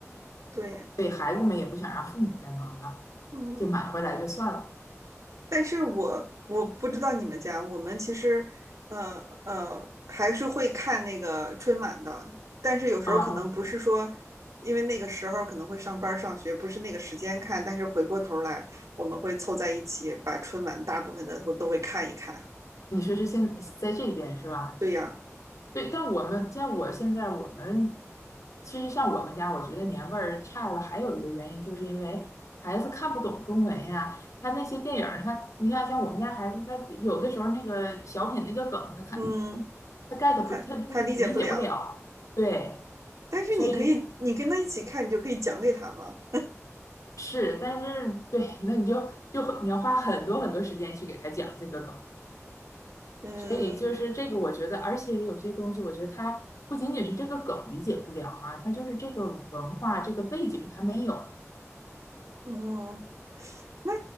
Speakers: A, on the right; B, on the left.
A: 对，
B: 所以孩子们也不想让父母再忙了，
A: 嗯。
B: 就买回来就算了。
A: 但是我我不知道你们家，我们其实呃呃还是会看那个春晚的，但是有时候可能不是说，
B: 啊，
A: 因为那个时候可能会上班上学，不是那个时间看，但是回过头来我们会凑在一起，把春晚大部分的我都会看一看。
B: 你说是现在这边是吧？
A: 对呀，
B: 对，但我们在我现在我们其实像我们家，我觉得年味儿差了，还有一个原因就是因为孩子看不懂中文呀。他那些电影儿他你看像我们家孩子，他有的时候那个小品那个梗，他看
A: 嗯，
B: 他 get
A: 他他理解不了，
B: 不，他就理解不了。对，
A: 但是你可以，
B: 所以
A: 你跟他一起看，你就可以讲给他嘛。
B: 是，但是对，那你就就你要花很多很多时间去给他讲这个梗。
A: 嗯
B: 所以就是这个，我觉得，而且有些东西，我觉得它不仅仅是这个梗理解不了哈，它就是这个文化这个背景它没有
A: 嗯，那